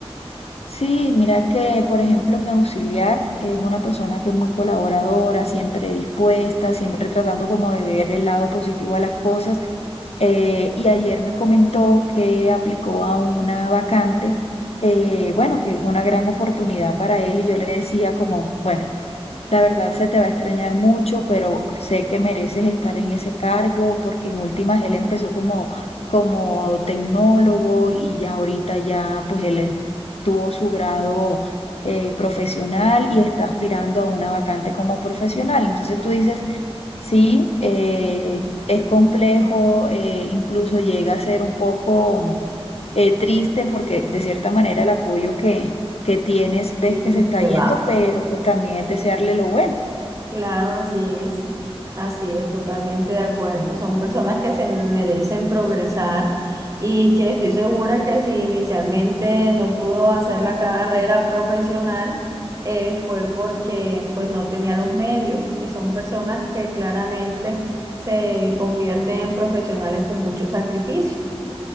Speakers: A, on the left (about 75°); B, on the right (about 30°).
A: sí, mira que, por ejemplo, mi auxiliar es una persona que es muy colaboradora, siempre dispuesta, siempre tratando como de ver el lado positivo a las cosas. eh, y ayer me comentó que aplicó a una vacante, eh, bueno, que es una gran oportunidad para él y yo le decía como, bueno, la verdad se te va a extrañar mucho, pero sé que mereces estar en ese cargo porque en últimas él empezó como, como tecnólogo y ya ahorita ya pues él tuvo su grado. eh, profesional y está aspirando a una vacante como profesional. Entonces tú dices, Sí, eh, es complejo, eh, incluso llega a ser un poco mm, eh, triste porque de cierta manera el apoyo que, que tienes ves
B: Y
A: que se está
B: se
A: yendo,
B: va.
A: pero pues también es desearle lo bueno.
B: Claro, así es, así es, totalmente de acuerdo. Son personas que se merecen progresar y que estoy segura que si inicialmente no pudo hacer la carrera profesional, eh, fue porque pues no tenía los medios y son personas que claramente se convierten en profesionales con mucho sacrificio.